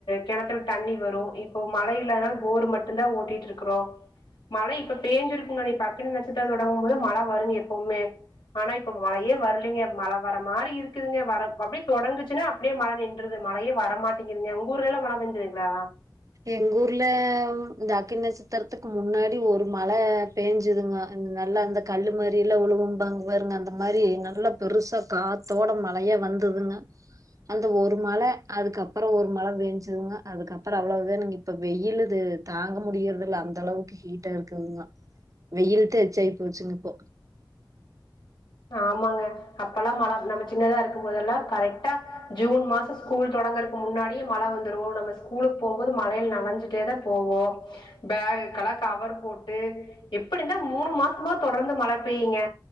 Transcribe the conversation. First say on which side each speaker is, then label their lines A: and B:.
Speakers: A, on the left; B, on the right.
A: கெணத்துல தண்ணி வரு இப்போ மழை இல்லாதனால போரு மட்டுந்தா ஓட்டிட் ட்ருக்குறோ மழை இப்ப பேஞ்சிருங்கோ நிப்ப அக்குனி நட்ச்சத்திரோ தொடங்கும்போது மழ வருங்க எப்போமே ஆனா இப்ப மழயே வருலீங்க மழ வர மாரி இருக்குதுங்க வரம் அப்டியேத் தொடங்குச்சுன்னாப் அப்டியே மழை நின்றது மழையே வர மாட்டிங்குதுங்க உங்க ஊர்லெல்லாம் மழ பேஞ்சதுங்ளா
B: எங்கூர்ல ம் இந்த அக்கின் நட்ச்சத்தெரத்துக்கு முன்னாடி ஒரு மழப் பேஞ்சிதுங்க நல்லா அந்தக் கல்லு மாரியிலா உழுவும்பாங் பாருங்க அந்த மாரி நல்லாப் பெருசாக் காத்தோட மழையா வந்ததுங்க அந்த ஒரு மழ அதுக்கப்பறோ ஒரு மழ வேஞ்சதுங்க அதுக்கப்பறோ அவ்ளோ வேனுங்க இப்ப வெயிலு இது தாங்க முடியறது இல்ல அந்த அளவுக்கு ஹீட்டா இருக்குதுங்ளா வெயில் த எச்சாயி போச்சுங்க இப்போ
A: ஆமாங்க அப்பெல்லா மழ நம்ம சின்னதா இருக்கு போதெல்லா கரெடா ஜூன் மாச ஸ்கூல் தொடங்கறக்கு முன்னாடி மழ வந்துரு நம்ம ஸ்கூலுக்கு போம்போது மழைல நனஞ்சுட்டே தா போவோ பேகுக்கு எல்லா கவரு போட்டு எப்டிந்தா மூணு மாசமா தொடர்ந்து மழ பெய்யுங்க